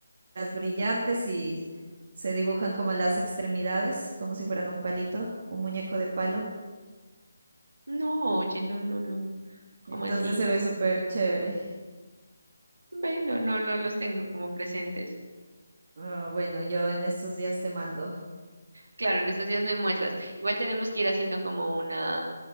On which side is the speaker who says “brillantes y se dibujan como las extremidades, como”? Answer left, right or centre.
Right